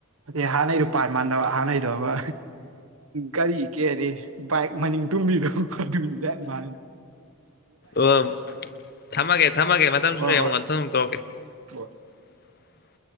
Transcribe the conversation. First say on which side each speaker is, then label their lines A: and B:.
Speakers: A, on the right; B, on the left.
A: ꯑ ꯍꯥꯟꯅꯩꯗꯣ ꯄꯥꯔꯠ ꯃꯥꯟꯅꯕ ꯍꯥꯟꯅꯩꯗꯕ ꯒꯥꯔꯤ ꯀꯦꯗꯤ ꯕꯥꯏꯛ ꯃꯅꯤꯡ ꯇꯨꯝꯃꯤꯗ ꯑꯗꯨꯅꯤ ꯗꯥꯢꯛ ꯃꯥꯜꯂꯤ
B: ꯑꯣ ꯊꯝꯃꯒꯦ ꯊꯝꯃꯒꯦ ꯃꯇꯝ ꯁꯨꯔꯦ
A: <unintelligible> ꯍꯣꯢ ꯍꯣꯏ
B: ꯑꯃꯨꯛ ꯃꯊꯪ ꯑꯃꯨꯛ ꯇꯧꯔꯛꯀꯦ
A: ꯍꯣꯢ
B: <inaudible>